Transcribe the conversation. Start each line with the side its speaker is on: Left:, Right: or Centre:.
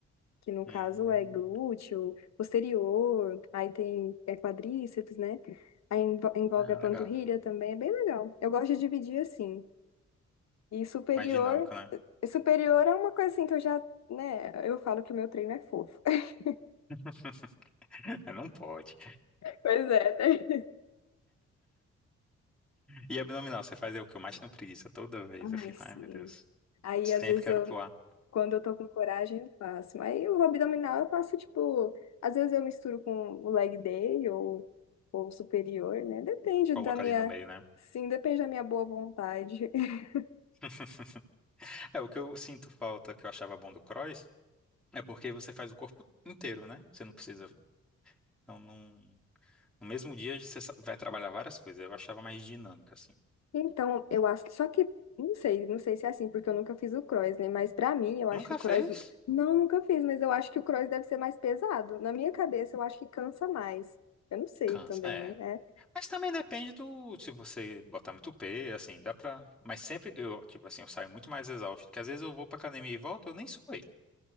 Left: Que no caso
Centre: Hum,
Left: é glúteo, posterior, aí tem é, quadríceps, né? Aí envo- envolve
Centre: ah,
Left: a panturrilha
Centre: legal.
Left: também, é bem legal. Eu gosto de dividir assim. E superior,
Centre: Mais dinâmico, né?
Left: eh, superior é uma coisa assim que eu já, né? Eu falo que o meu treino é fofo. <laughs>
Centre: <laughs> É, Não pode.
Left: Pois é, né?
Centre: E abdominal, você faz é o que eu mais tenho preguiça. Toda vez
Left: Ai,
Centre: eu fico,
Left: sim.
Centre: ai meu Deus,
Left: Aí,
Centre: sempre
Left: às vezes,
Centre: quero
Left: eu,
Centre: pular.
Left: quando eu tô com coragem, eu faço. Mas o abdominal eu faço, tipo, às vezes eu misturo com o leg day ou, ou superior, né? Depende
Centre: Coloca
Left: da minha,
Centre: ali no meio, né?
Left: sim, depende da minha boa vontade. <laughs>
Centre: <laughs> É, o que eu sinto falta, que eu achava bom do cross, é porque você faz o corpo inteiro, né? Você não precisa. Então, num, no mesmo dia, você sa- vai trabalhar várias coisas. Eu achava mais dinâmica, assim.
Left: Então, eu acho que, só que, não sei, não sei se é assim, porque eu nunca fiz o cross, né? Mas pra mim, eu
Centre: Nunca
Left: acho que o cross,
Centre: fez?
Left: não, nunca fiz, mas eu acho que o cross deve ser mais pesado. Na minha cabeça, eu acho que cansa mais. Eu não sei
Centre: Cansa.
Left: também,
Centre: É.
Left: né?
Centre: Mas também depende do se você botar muito P, assim, dá pra. Mas sempre eu, tipo assim, eu saio muito mais exausto, porque às vezes eu vou pra academia e volto, eu nem suei.